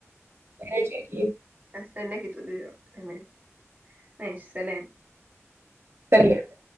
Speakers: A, on the right; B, on the right.
A: ماشي اكيد
B: هستناكي تقولي لي رأيك تمام ماشي سلام
A: سلام